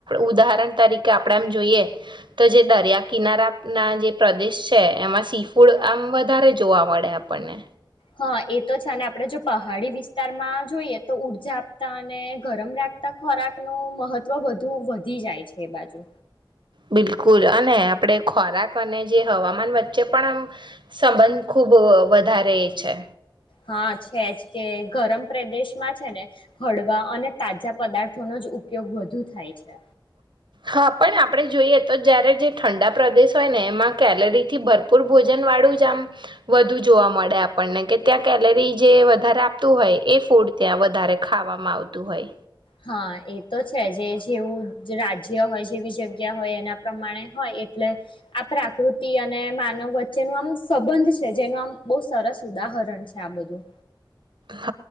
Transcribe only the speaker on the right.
ઉદાહરણ તરીકે આપણે આમ જોઈએ તો જે દરિયા કિનારા ના જે પ્રદેશ છે એમાં સી ફૂડ આમ વધારે જોવા મળે આપણને.
બિલકુલ અને આપણે ખોરાક અને જે હવામાન વચ્ચે પણ સંબંધ ખૂબ વધારે એ છે.
હા પણ આપણે જોઈએ તો જયારે જે ઠંડા પ્રદેશ હોય ને એમાં કેલરી થી ભરપૂર ભોજન વાળું જ આમ વધુ જોવા મળે આપણને કે ત્યાં કેલરી જે વધારે આપતું હોય એ ફૂડ ત્યાં વધારે ખાવામાં આવતું હોય.
હ